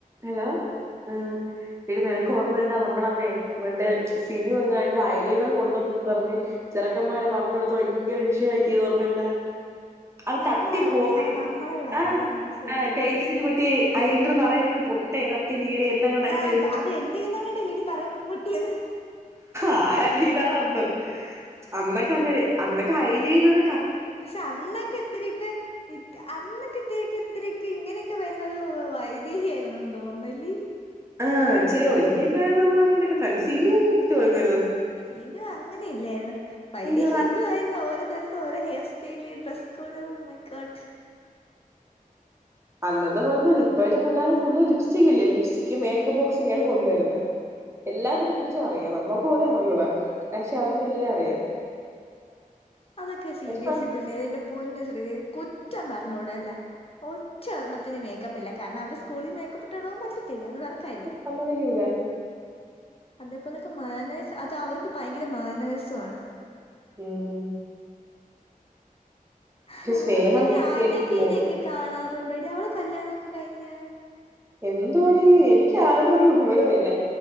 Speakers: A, on the right; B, on the left.
A: Hello ആഹ എടീ നിനക്ക്
B: ആ
A: ഓർമ്മുണ്ടാവും
B: പറഞ്ഞോ
A: നമ്മളന്നെ മൺഡേ സിനു അങ്ങാണ്ട് അഐലീണർ കൊണ്ടുവന്നന്ന് പറഞ്ഞ് ചിറക്കന്മാരെ പറഞ്ഞുക കൊടുത്ത് ഭയങ്കര വിഷയമാക്കിയത് ഓർമ്മയ അത്
B: നമ്മളവിടെ
A: തട്ടി പോവേ
B: ആ നമ്മളെ ക്ലാസ്സില
A: ആ
B: ശരിയാ
A: ടൈയ്സിന് മറ്റേ അയ്ന്റെർ തറയി വീണ്പൊട്ടേ തട്ടി വീഴ് എന്തങ്ങൊക്കെ
B: ആ
A: ചെയ്യുന്നു
B: അത് എന്റെയ്യിന്നങ്ങാണ്ടല്ലേടി തറയി വീണ് പൊട്ടിയത്
A: ആരാക്കെ ഇതാണോ അന്തോ അന്നൊക്കെ അങ്ങ അന്നക്കെ അലയ്ലിനർ
B: പക്ഷെ അന്നൊക്കെ എത്രക്ക് അന്നൊക്കെ ഇക്ക് എത്രക്ക് ഇങ്ങനെയൊക്കെ വരുന്നത് വൈദേഹി ആയിരുന്നു തോന്നന്നു ല്ലേ
A: ആഹ ഇ ച്ച്ചി രി ഒരുങ്ങിയൊക്കെവരു ന്ന നമ്മൾ അങ്ങൊക്കെ തന്നെ സിനുഒഴിങ്ങ
B: സീനുഅങ്ങനെ ഇല്ലായിരുന്നു വൈദേഹി
A: ഐലൈനർ
B: എന്ത്ആരുന്നു ഓരോ ദിവസവും ഓരോ ഹെയർ സ്റ്റൈലന്ന് ഉകുടു മൈക്കോട്ട
A: ആ അന്നത് പോലെഒന്നു അല്ലഇപ്പോഴത്തെ പിള്ളേെ ഫുള് ലിപ്സ്റ്റിക് ഇല്ലേ ലിപ്സ്റ്റിക്ക് മേക്കപ്പ് ബോക്സ് ഒക്കെയാണ് കൊണ്ടുവരുന്നത് എല്ലാത്തിനെ കുറിച്ചും അറിയാം നമ്മക്ക് പോലെ അറിഞ്ഞൂട പക്ഷെ അവർക്കെല്ലാം അറിയാം
B: അതൊക്കെ സി
A: പക്ഷെ
B: ബി എസ് ഇ പിള്ളേര്ന്റെ പോന്നു <unintelligible> കുറ്റം പറഞ്ഞൂടല്ല ഒറ്റണ്ണത്തിന് മേക്കപ്പ് ഇല്ല കാരണം അവരെ സ്കൂളിൽ മേക്കപ്പ് ഇട്ടുപോ വാ ൻ പറ്റില്ല അത് വറെ കാര്യം
A: സമ്മതിക്കൂല
B: അതേപോലൊക്കെ മാനേസ് അത് അവർക്ക് ഭയങ്കര മാനേസു മാണ്
A: ഉം
B: ആ
A: പക്ഷെ സ്നേഹം
B: എടിആന
A: കേറ്റി പിള്ളേർക്ക്
B: ഖ ഇനൊക്കെ കാണാറുണ്ടോ അവളെകല്യാണൊ ഒക്കെ കഴിഞോ
A: എന്തുടി എനിക്ക് ആരുടെ ഒരു വിവര ഇല്ല